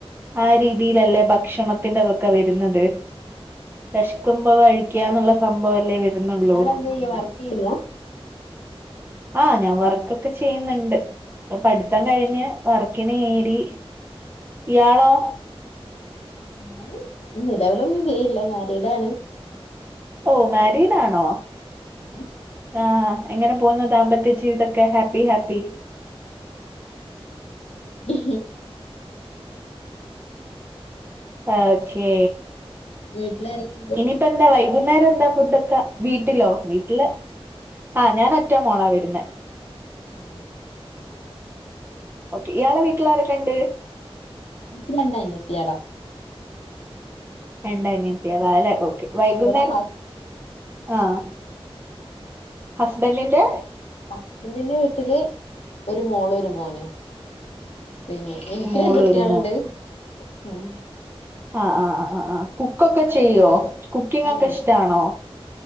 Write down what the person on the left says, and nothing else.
ഇയാളെന്താ ചെയ്യ വർക്ക് ചെയ്യുന്നോ
ആഹ്
ഞാന് നിലവിലൊന്നും ചെയ്യില്ല മാരീഡാണ്
ഉം
<unintelligible>
വീട്ട്ലാരെക്കെണ്ട്
ആഹ്
ഇൻക്ക് രണ്ട് അനിയത്യാള
ഇവിടെ ഹസ്
ഹസ്ബന്റിന്റെ വീട്ടില് ഒരു മോളു ഒരു മോനു പിന്നെ ഇൻക്ക്
രണ്ട് കുട്ട്യാള്ണ്ട്
ഉം
ഓഹ്